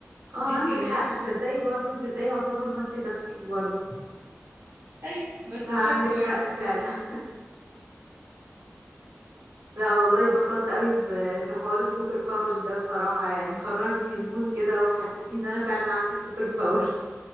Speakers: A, on the right; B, on the right.
A: <laughs> اه
B: انت
A: عندك
B: انت
A: حق تصدقي برضه ده ده يعتبر مالتي تاسكينج برضه
B: اي بس
A: لا
B: في شخص
A: عندك
B: واحد
A: حق فعلا <laughs> لا والله اتبسطت قوي ب- بحوار السوبر باورز ده بصراحه يعني خرجني من المود كده وحسسني ان انا فعلا عندي سوبر باور